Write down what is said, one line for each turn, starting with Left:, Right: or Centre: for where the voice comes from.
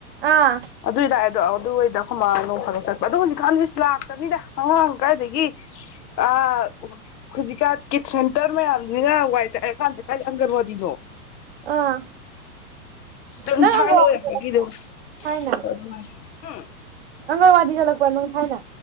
Right: ꯑꯥ
Left: ꯑꯗꯨꯏ ꯂꯥꯛ ꯑꯗꯣ ꯑꯗꯨꯍꯣꯏꯗ ꯑꯈꯣꯏꯃꯥ ꯅꯣꯡꯐꯗꯣꯛ ꯆꯠꯄ ꯑꯗꯣ ꯍꯨꯖꯤꯛꯀꯥꯟꯗꯤ ꯏꯁ ꯂꯥꯛꯇꯃꯤꯗ ꯑꯉꯥꯡ ꯀꯗꯥꯥꯏꯗꯒꯤ ꯑꯥ ꯍꯨꯖꯤꯛꯀꯥꯟ ꯀꯤꯠ ꯁꯦꯟꯇꯔ ꯃꯌꯥꯝꯖꯤꯅ ꯋꯥꯏ ꯆꯥꯏꯔꯀꯥꯟꯖꯤꯗ꯫ ꯑꯪꯒꯜꯋꯥꯗꯤꯅꯣ
Right: ꯑꯥ
Left: ꯑꯗꯨꯝ
Right: ꯅꯪ
Left: ꯊꯥꯏꯅ
Right: ꯑꯪꯒꯜꯋꯥꯗꯤ
Left: ꯑꯣꯏꯔꯛꯄꯒꯤ
Right: ꯇꯥꯝꯃꯥꯛꯇꯔꫭ
Left: ꯑꯗꯨꯝ
Right: ꯊꯥꯏꯅ
Left: ꯑꯗꯨꯃꯥꯏꯅ ꯎꯝ
Right: ꯑꯪꯒꯜꯋꯥꯗꯤ ꯆꯠꯂꯛꯄ꯭ꯔ ꯅꯪ ꯊꯥꯏꯅ꯫